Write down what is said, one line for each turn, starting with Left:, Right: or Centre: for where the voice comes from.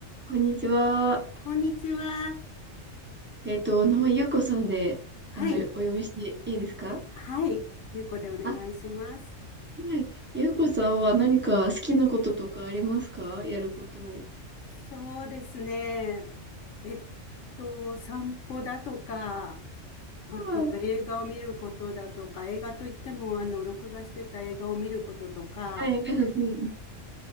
Right: こんにちは。
Left: こんにちは。
Right: えっと、お名前、ゆうこさんで、
Left: はい。
Right: あの、よお呼びしていいですか
Left: はい。ゆうこでお願いします。
Right: あ、はい。ゆうこさんは何か好きなこととかありますかやること。
Left: そうですね。えっと、散歩だとか、あと映画を見ることだとか、
Right: うん
Left: 映画といっても、あの、録画してた映画を見ることとか、
Right: はい。うんうん